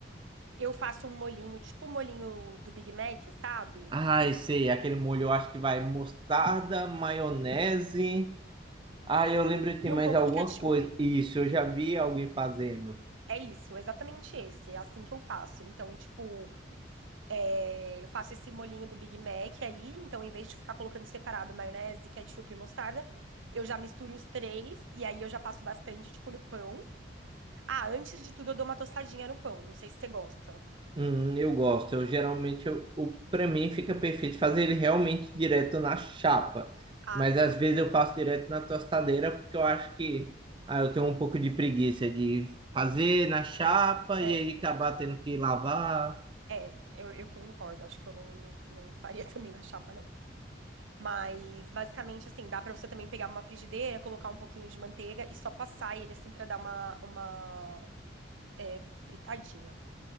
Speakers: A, on the right (about 85°); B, on the right (about 25°).
A: Eu faço um molhinho, tipo o molhinho do Big Mac, sabe?
B: Ai, sei, aquele molho eu acho que vai mostarda, maionese. Ah, eu lembro que tem
A: E
B: mais
A: um pouco
B: alguma
A: de ketchup.
B: coisa. Isso, eu já vi alguém fazendo.
A: É isso, exatamente esse. É assim que eu faço. Então, tipo, É, eu faço esse molhinho do Big Mac aí, então em vez de ficar colocando separado maionese, ketchup e mostarda, eu já misturo os três e aí eu já passo bastante, tipo, no pão. Ah, antes de tudo eu dou uma tostadinha no pão, não sei se você gosta.
B: Hum, eu gosto. Eu geralmente, eu, o para mim fica perfeito fazer ele realmente direto na chapa.
A: Ah,
B: Mas
A: não.
B: às vezes eu faço direto na tostadeira porque eu acho que ah, eu tenho um pouco de preguiça de fazer na chapa
A: É,
B: e
A: é,
B: aí acabar tendo que lavar.
A: é, eu, eu concordo, acho que eu não, não faria <laughs> também na chapa, não. Mas basicamente assim, dá pra você também pegar uma frigideira, colocar um pouquinho de manteiga e só passar ele assim pra dar uma, uma é, fritadinha.